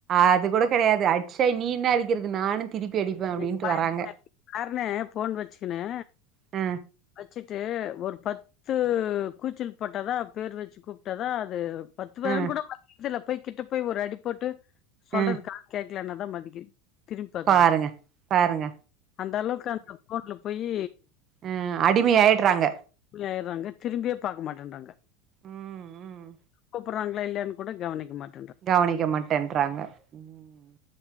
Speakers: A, on the right; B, on the left.
A: அது கூட கெடையாது அட்சா நீ என்னா அடிக்கறது நானு திருப்பி அடிப்பே அப்டின்ட்டு
B: எங்க பைய
A: வராங்க
B: <inaudible> பேர்னே ஃபோன் வச்சுக்குனு
A: அ
B: வச்சுட்டு ஒரு பத்து கூச்சல் போட்டதா பேர் வச்சு கூப்ட்டதா அது பத்து பேரு
A: அ
B: கூட <inaudible> துல போய் கிட்ட போய் ஒரு அடி போட்டு சொல்றதுக்காக
A: அ
B: கே க்லனாதா மதிக் திரும்பி பாக்குது
A: பாருங்க பாருங்க
B: அந்த அளவுக்கு அந்த ஃபோன்ல போயி
A: அ அடிமை ஆயிட்றாங்க
B: ஆயிட்றாங்க திரும்பியே பாக்க மாட்டன்றாங்க
A: ம் ம்
B: கூப்புட்றாங்களா இல்லயான்னு கூட கவனிக்க மாட்
A: கவனிக்க மாட்டேன்றாங்க ம்